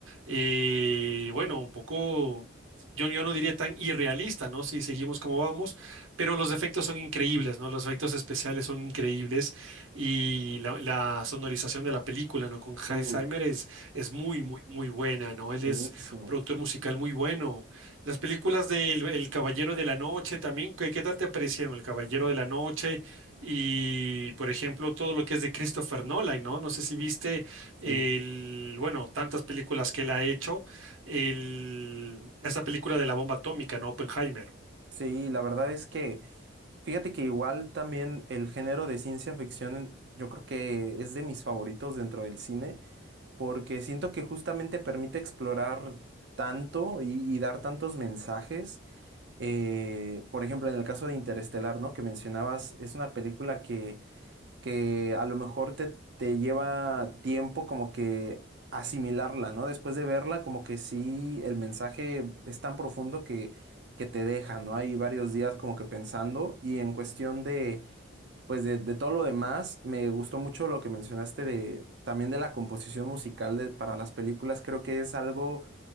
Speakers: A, on the right; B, on the right.
A: eh, bueno, un poco... Yo, yo no diría tan irrealista, ¿no? Si seguimos como vamos, pero los efectos son increíbles, ¿no? Los efectos especiales son increíbles y la, la sonorización de la película, ¿no? Con
B: Uy,
A: Hans Zimmer es, es muy, muy, muy buena, ¿no? Él es
B: buenísimo.
A: productor musical muy bueno. Las películas del El Caballero de la Noche también, ¿qué, qué tal te parecieron? El Caballero de la Noche y, por ejemplo, todo lo que es de Christopher Nolan, ¿no? No sé si viste
B: Sí.
A: el, bueno, tantas películas que él ha hecho, el, esa película de la bomba atómica, ¿no? Oppenheimer.
B: Sí, la verdad es que, fíjate que igual también el género de ciencia ficción, yo creo que es de mis favoritos dentro del cine, porque siento que justamente permite explorar tanto y, y dar tantos mensajes. Eh, por ejemplo, en el caso de Interestelar, ¿no? Que mencionabas, es una película que que a lo mejor te, te lleva tiempo como que asimilarla, ¿no? Después de verla, como que sí, el mensaje es tan profundo que, que te deja, ¿no? Hay varios días como que pensando y en cuestión de, pues de, de todo lo demás, me gustó mucho lo que mencionaste de, también de la composición musical de, para las películas, creo que es algo